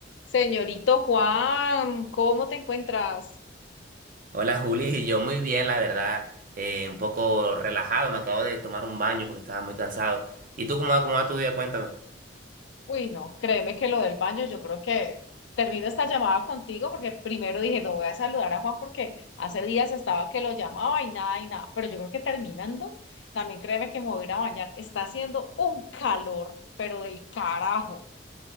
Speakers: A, on the left; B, on the right.
A: Señorito Juan, ¿cómo te encuentras?
B: Hola Juli, yo muy bien, la verdad, eh, un poco relajado, me acabo de tomar un baño porque estaba muy cansado. ¿Y tú cómo va, cómo va tu día? Cuéntame.
A: Uy, no, créeme que lo del baño, yo creo que termino esta llamada contigo porque primero dije, no voy a saludar a Juan porque hace días estaba que lo llamaba y nada y nada, pero yo creo que terminando, también créeme que me voy a ir a bañar. Está haciendo un calor, pero del carajo,